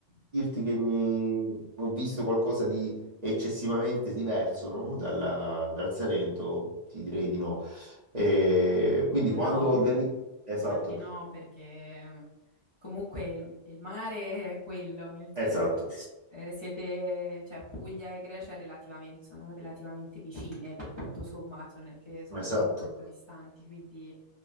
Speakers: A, on the right; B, on the left.
A: dirti che mi... ho visto qualcosa di eccessivamente diverso, no? Dalla- dal Salento, ti direi di no. E quindi
B: Ah,
A: quando
B: No,
A: organizzo... Esatto,
B: infatti no, perché eh, comunque il, il mare è quello, nel senso,
A: esatto,
B: eh, siete, cioè Puglia e Grecia relativamente, sono relativamente vicine, poi tutto sommato non è che sono
A: esatto.
B: così tanto distanti, quindi